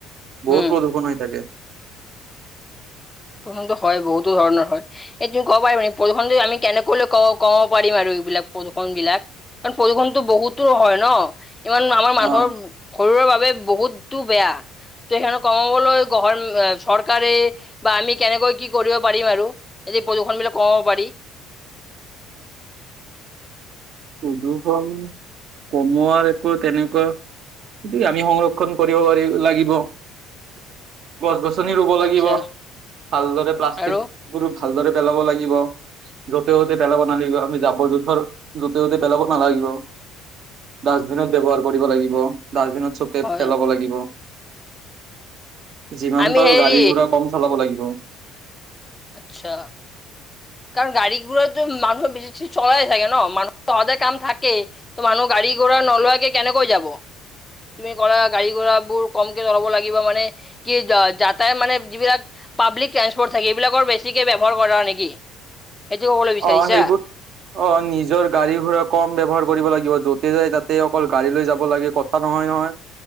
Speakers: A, on the left (about 15°); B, on the right (about 60°).
A: উম।
B: বহুত প্ৰদূৰষণ হৈ থাকে
A: প্ৰদূষণটো হয় বহুতো ধৰণৰ হয় এই তুমি ক'ব পাৰিবা প্ৰদূষণটো আমি কেনেকৈনো ক কমাব পাৰিম আৰু এইবিলাক প্ৰদূৰ্ষন বিলাক কাৰণ প্ৰদূৰ্ষণতো বহুতো হয় ন। ইমান আমাৰ মানুহৰ
B: অ
A: শৰীৰৰ বাবে বহুতো বেয়া সখখন কমাব গভৰ্ণমেণ্ট চৰকাৰে <unintelligible> বা আমি কেনেকৈ কি কৰিব পাৰিম আৰু যদি প্ৰদূ্ষণ বিলাক কমাব পাৰি <inaudible>
B: উদুষম <unintelligible> কমোৱাৰ একো তেনেকুৱা গে আমি সংৰক্ষণ কৰিব পাৰি লাগিব। <unintelligible> গছ-গছনি ৰুব লাগিব
A: আচ্ছা
B: ভালদৰে প্লাষ্টিক
A: আৰু
B: ভালদৰে পেলাব লাগিব য'তে যতে পেলাব নালাগিব আমি জাবৰ জোথৰ য'তে য'তে বেলগত নালাগিব ডাষ্টবিনত ব্যৱহাৰ কৰিব লাগিব ডাষ্টবিনত <unintelligible>
A: হয়
B: ফেলাব লাগিব। যিমান
A: আমি
B: পাৰো
A: হেৰি
B: গাড়ী ঘোৰা কম চলাব লাগিব।
A: আচ্ছা। কাৰণ গাড়ী ঘোৰাতো মানুহে বেছি ছি চলাই থাকে ন মানুহ ত কাম থাকে ত মানুহ গা়ড়ী ঘোৰা নলোৱাকে কেনেকৈ যাব? তুমি কৰা গাড়ী ঘোৰা বোৰ কমকে চলাব লাগিব মানে কি যা - যাতায় মানে যিবিলাক পাব্লিক ট্ৰানচপৰ্ট থাকে এইবিলাকৰ বেছিকে ব্যৱহাৰ কৰা নেকি? সেইটো ক'বলৈ বিচাৰিছা
B: অ' সেইবোৰত অ' নিজৰ গাড়ী ঘোৰা কম ব্যৱহাৰ কৰিব লাগি গিব। য'তে যাই তাতে অকল গাড়ী লৈ যাব লাগে কথা নহয় নহয়।